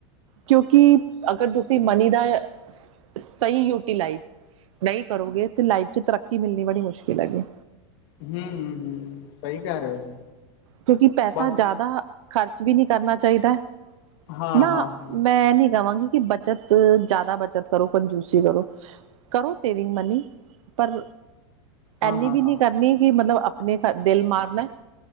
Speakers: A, on the right; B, on the left.
A: ਕਿਉਂਕਿ ਅਗਰ ਤੁਸੀਂ ਮਨੀ ਦਾ ਸਹੀ ਯੂਟੀਲਾਈਜ਼ ਨਹੀਂ ਕਰੋਗੇ ਤੇ ਲਾਈਫ ਚ ਤਰੱਕੀ ਮਿਲਣੀ ਬੜੀ ਮੁਸ਼ਕਿਲ ਹੈਗੀ
B: ਹੂੰ -ਹੂੰ ਹੂੰ ਸਹੀ ਕਹਿ ਰਹੇ ਜੀ।
A: ਕਿਉਂਕਿ ਪੈਸਾ
B: ਬਸ
A: ਜ਼ਿਆਦਾ ਖ਼ਰਚ ਵੀ ਨਹੀਂ ਕਰਨਾ ਚਾਹੀਦਾ
B: ਹਾਂ
A: ਨਾ
B: ਹਾਂ ਹਾਂ
A: ਮੈਂ ਨੀ ਕਵਾਂਗੀ ਕਿ ਬੱਚਤ ਜ਼ਿਆਦਾ ਬੱਚਤ ਕਰੋ ਕੰਜੂਸੀ ਕਰੋ। ਕਰੋ ਸੇਵਿੰਗ ਮਨੀ ਪਰ
B: ਹਾਂ
A: ਇਨੀ
B: ਹਾਂ
A: ਵੀ ਨਹੀਂ
B: ਹਾਂ
A: ਕਰਨੀ ਕਿ ਮਤਲਬ ਆਪਣੇ ਦਿਲ ਮਾਰਨਾ